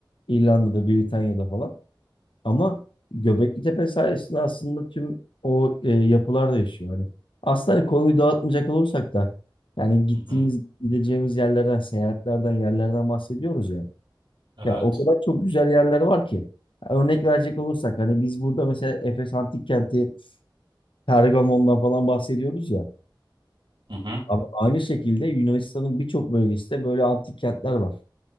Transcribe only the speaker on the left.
İrlanda'da, Britanya'da falan. Ama Göbekli Tepe sayesinde aslında tüm o e, yapılar değişiyor. Hani aslında hani konuyu dağıtmayacak olursak da yani gittiğimiz,
gideceğimiz yerlerden, seyahatlerden, yerlerden bahsediyoruz ya.
Ya o kadar çok güzel yerler var ki. Örnek verecek olursak hani biz burada mesela Efes Antik Kenti, Pergamon'dan falan bahsediyoruz ya.
Abi aynı şekilde Yunanistan'ın birçok bölgesinde böyle antik kentler var.